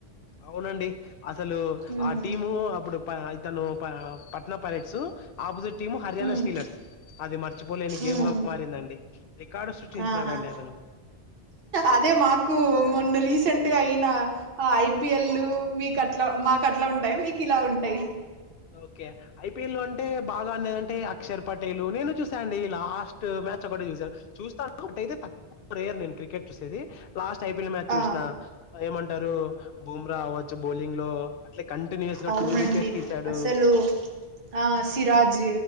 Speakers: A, on the left; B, on the right.
A: అవునండి అసలు
B: ఉమ్
A: ఆ టీము అప్పుడు ఇతను Patna Pirates opposite team Haryana
B: ఉమ్
A: స్టీలర్స్ అది మర్చిపోలేని గేమ్
B: ఉమ్
A: గా మారిందండి రికార్డు సృష్టించాడండి
B: ఆహా
A: అతను
B: అదే మాకు మొన్న రీసెంట్ గా అయిన ఐపిఎల్ మీకు అట్లా మాకు అట్లా ఉంటాయి మీకు ఇలా ఉంటాయి
A: ఓకే ఐపీఎల్ అంటే బాగాన్నదంటే అక్షర్ పటేల్ నేను చూసాను అండి లాస్ట్ మ్యాచ్ ఒకటి చూసాను చూస్తా ఒకటైతే తక్కువ రేయర్ నేను క్రికెట్ చూసేది లాస్ట్ ఐపీఎల్ మ్యాచ్ చూసినా
B: ఆ
A: ఏమంట టరు బూమ్రా అవచ్చు బౌలింగ్ లో అట్ కంటిన్యూస్
B: అవునండి
A: టూ వికెట్స తీ డు
B: అసలు ఆ సిరాజ్